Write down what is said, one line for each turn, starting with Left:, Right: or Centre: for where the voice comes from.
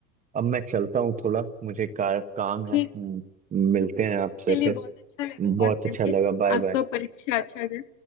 Right: अब मैं चलता हूँ थोड़ा मुझे का, काम है
Left: ठीक
Right: हम्म, मिलते हैं आपसे
Left: चलिए
Right: फिर
Left: बहुत अच्छा लगा
Right: बहुत
Left: बात
Right: अच्छा
Left: करके
Right: लगा बाय
Left: आपका
Right: बाय
Left: परीक्षा अच्छा जाए